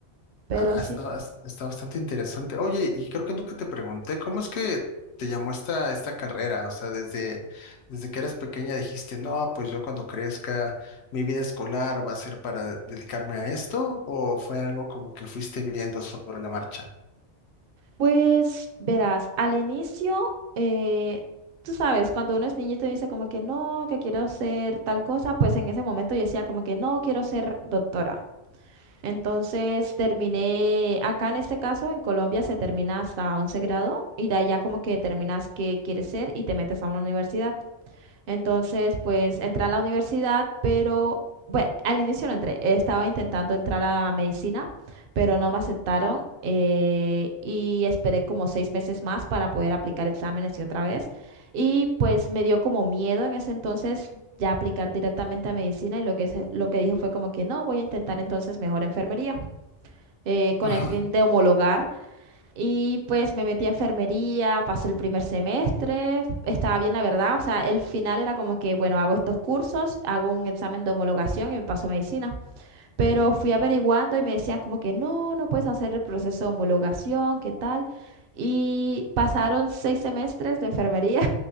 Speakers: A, on the right (about 60°); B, on the left (about 70°).
A: Pero
B: Ah,
A: sí.
B: está, bas- está bastante interesante. Oye, y creo que nunca te pregunté, ¿cómo es que te llamó esta, esta carrera? O sea, desde, desde que eras pequeña dijiste, no, pues yo cuando crezca, mi vida escolar va a ser para dedicarme a esto, ¿o fue algo como que fuiste viendo sobre la marcha?
A: Pues verás, al inicio, eh, tú sabes, cuando uno es niño y te dice como que no, que quiero ser tal cosa, pues en ese momento yo decía como que no, quiero ser doctora. Entonces terminé, acá en este caso, en Colombia se termina hasta 11 grado y de ahí ya como que determinas qué quieres ser y te metes a una universidad. Entonces, pues entré a la universidad, pero bueno, al inicio no entré. Estaba intentando entrar a medicina, pero no me aceptaron eh, y esperé como seis meses más para poder aplicar exámenes y otra vez. Y pues me dio como miedo en ese entonces ya aplicar directamente a medicina y lo que, se- lo que dije fue como que no, voy a intentar entonces mejor enfermería eh, con
B: Ajá.
A: el fin de homologar. Y pues me metí a enfermería, pasé el primer semestre, estaba bien la verdad, o sea, el final era como que, bueno, hago estos cursos, hago un examen de homologación y me paso a medicina. Pero fui averiguando y me decían como que no, no puedes hacer el proceso de homologación, ¿qué tal? Y pasaron seis semestres de enfermería